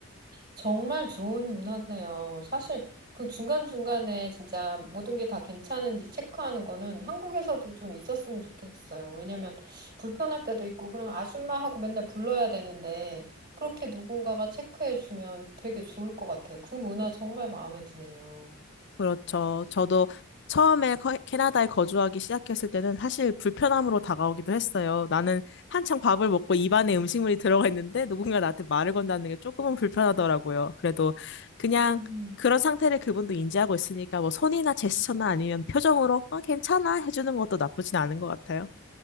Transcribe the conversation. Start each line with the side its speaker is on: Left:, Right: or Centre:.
Right: 정말 좋은 문화네요. 사실 그 중간중간에 진짜 모든 게 다 괜찮은지 체크하는 거는 한국에서도 좀 있었으면 좋겠어요. 왜냐면 불편할 때도 있고, 그럼 아줌마하고 맨날 불러야 되는데, 그렇게 누군가가 체크해주면 되게 좋을 것 같아요. 그 문화 정말 마음에 드네요.
Left: 그렇죠. 저도 처음에 커- 캐나다에 거주하기 시작했을 때는 사실 불편함으로 다가오기도 했어요. 나는 한창 밥을 먹고 입안에 음식물이 들어가 있는데 누군가 나한테 말을 건다는 게 조금은 불편하더라고요. 그래도 그냥
Right: 음.
Left: 그런 상태를 그분도 인지하고 있으니까 뭐 손이나 제스처나 아니면 표정으로 어, 괜찮아 해주는 것도 나쁘진 않은 것 같아요.